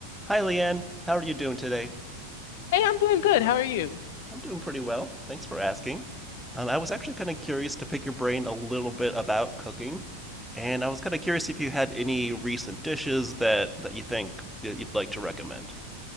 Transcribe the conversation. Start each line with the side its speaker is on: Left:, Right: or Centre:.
Centre: Hi, Leanne. How are you doing today?
Left: Hey, I'm doing good. How are you?
Centre: I'm doing pretty well. Thanks for asking. Um, I was actually kind of curious to pick your brain a little bit about cooking, and I was kind of curious if you had any recent dishes that that you think y- you'd like to recommend.